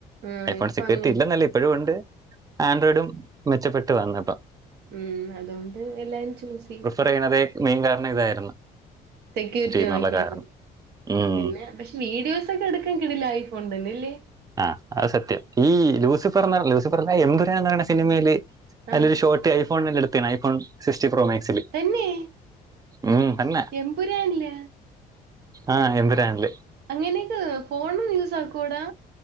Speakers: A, on the right (about 75°); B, on the right (about 20°).
A: ആഹ്
B: ഐഫോൺ
A: ഇപ്പൊ
B: സെക്യൂരിറ്റി
A: അങ്ങനെ
B: ഇല്ലെന്നല്ലേ ഇപ്പോഴും ഉണ്ട് ആൻഡ്രോയിഡും മെച്ചപ്പെട്ട് വന്ന്പ്പ
A: ഉം അതുകൊണ്ട് എല്ലാരും ചൂസ് ചെയ്യും
B: <unintelligible> മെയിൻ കാരണം ഇതായിരുന്നു
A: സെക്യൂരിറ്റി <unintelligible>
B: എന്നുള്ള കാരണം ഉം
A: പിന്നെ പക്ഷെ വീഡിയോസ് ഒക്കെ എടുക്കാൻ കിടിലം ഐഫോണ തന്നെല്ലേ
B: ആഹ് അത് സത്യം ഈ ലൂസിഫർന്ന് ലൂസിഫർല്ല എംമ്പുരാന്ന് പറയുന്ന സിനിമയില് അയിലൊരു
A: ആഹ്
B: ഷോർട്ട് ഐഫോണില് എടുത്തിന് ഐഫോൺ സിക്സ്റ്റി പ്രോ മാക്സില്
A: തന്നെ
B: ഉം തന്നെ
A: എമ്പുരാനില്ല
B: ആഹ എമ്പുരാനില്
A: അങ്ങനെയൊക്കെ ഫോണും യൂസ് ആക്കോ ടാ